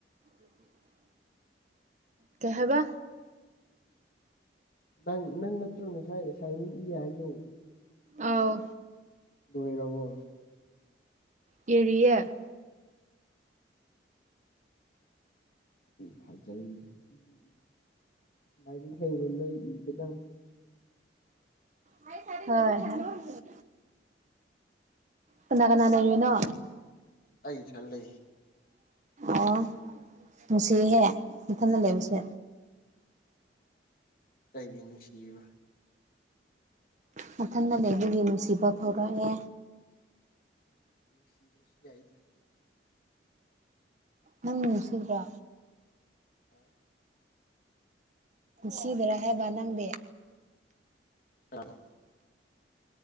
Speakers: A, on the right; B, on the left.
A: <inaudible> ꯀꯩ ꯍꯥꯏꯕ
B: ꯅꯪ ꯅꯪ ꯅꯠꯇ꯭ꯔ ꯉꯥꯁꯥꯏ ꯑꯦꯁꯥꯏꯟꯃꯦꯟ ꯏ ꯍꯥꯏꯗꯣ
A: ꯑꯥꯎ
B: ꯂꯣꯏꯔꯕꯣ
A: ꯀꯦꯔꯤꯌꯦ
B: ꯐꯖꯅꯦ ꯎꯝ ꯎꯝ ꯂꯥꯏꯔꯤꯛ ꯍꯩꯕ ꯅꯣꯏ ꯏꯒꯗꯝ
A: ꯍꯣꯏ ꯍꯣꯏ ꯀꯅꯥ ꯀꯅꯥ ꯂꯩꯅꯣ
B: ꯑꯩ ꯏꯊꯟ ꯂꯩꯌꯦ
A: ꯑꯣ ꯅꯨꯡꯁꯤꯍꯦ ꯏꯊꯟꯗ ꯂꯩꯕꯁꯦ
B: ꯀꯩꯒꯤ ꯅꯨꯡꯁꯤꯔꯨꯕ
A: ꯃꯊꯟꯗ ꯂꯩꯕꯒꯤ ꯅꯨꯡꯁꯤꯕ ꯐꯣꯔꯛꯑꯦ
B: ꯎꯝ ꯅꯨꯡꯁꯤꯗ ꯔꯁꯤ ꯌꯥꯏꯗ ꯀꯝ ꯀꯥꯏ
A: ꯅꯪ ꯅꯨꯡꯁꯤꯕ꯭ꯔꯣ
B: ꯍꯥꯥ
A: ꯁꯤꯗꯔꯥ ꯍꯥꯏꯕ ꯅꯪꯗꯤ
B: ꯑ